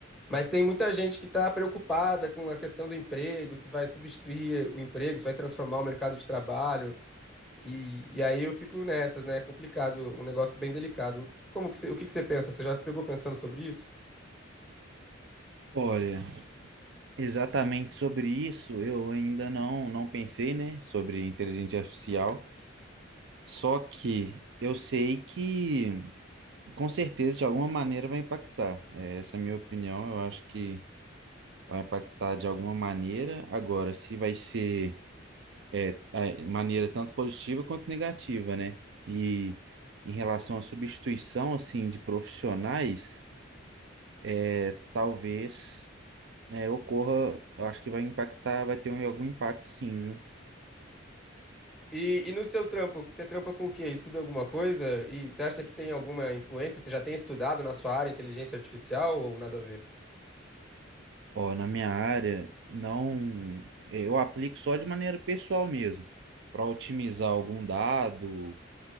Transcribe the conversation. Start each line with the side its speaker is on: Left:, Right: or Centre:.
Centre: Mas tem muita gente que tá preocupada com a questão do emprego, se vai substituir o emprego, se vai transformar o mercado de trabalho, e, e aí eu fico nessas, né? É complicado, um negócio bem delicado. Como que você, o que que você pensa? Você já se pegou pensando sobre isso?
Right: Olha, exatamente sobre isso eu ainda não não pensei, né, sobre inteligência artificial. Só que eu sei que com certeza de alguma maneira vai impactar. É, essa é a minha opinião. Eu acho que vai impactar de alguma maneira. Agora, se vai ser é, a maneira tanto positiva quanto negativa, né? E em relação à substituição assim de profissionais, é, talvez. É, ocorra, eu acho que vai impactar, vai ter um- algum impacto sim, viu?
Centre: E, e no seu trampo, você trampa com o quê? Estuda alguma coisa? E você acha que tem alguma influência? Você já tem estudado na sua área inteligência artificial ou nada a ver?
Right: Ó, na minha área, não, eu aplico só de maneira pessoal mesmo, para otimizar algum dado,